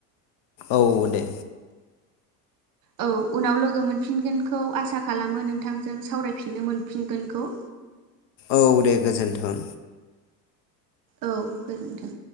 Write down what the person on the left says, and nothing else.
औ दे।
औ दे गोजोन्थों।